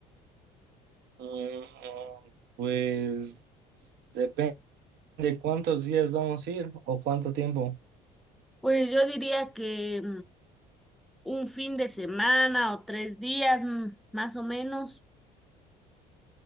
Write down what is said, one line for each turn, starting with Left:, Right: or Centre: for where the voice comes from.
Right: Mm, Pues... depende. ¿De cuántos días vamos a ir o cuánto tiempo?
Centre: Pues yo diría que... un fin de semana o tres días mm, más o menos.